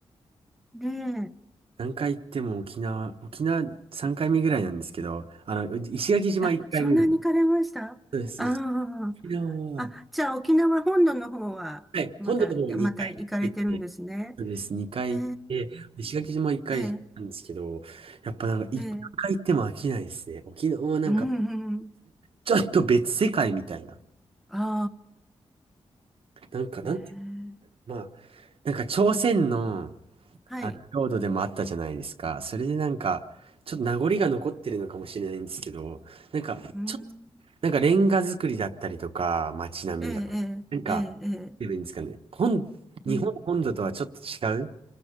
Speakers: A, in the centre; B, on the right (about 60°).
A: ね
B: 何回行っても沖縄、沖縄3回目ぐらいなんですけど、あの、石垣島1回目だ。
A: え。あ、そんなに行かれましたああー。
B: そうです。沖縄は、
A: あ、じゃあ沖縄本土の方はまだ、
B: はい、本土の方2回行ってて、
A: また行かれてるんですね。
B: そうです、2回行って、
A: へえ、
B: 石垣島1回なんですけど、
A: ええ。
B: やっぱなんか、い何回行っても飽きないですね。
A: ええ、
B: 沖縄はなんか、
A: うん、うん。
B: ちょっと別世界みたいな。
A: あ
B: なんか、
A: あ、ね
B: なんて、
A: え。
B: まあ、なんか朝鮮の、
A: はい。
B: あの、領土でもあったじゃないですか。それでなんか、ちょっと名残が残ってるのかもしれないんですけど、なんか、
A: うん。
B: ちょっと、なんかレンガ作りだったりとか、街並みが、
A: ええ、ええ、
B: なんか、
A: ええ、
B: なんて言えばいいんですかね。
A: ええ。
B: 本、日本本土とはちょっと違う、
A: うん、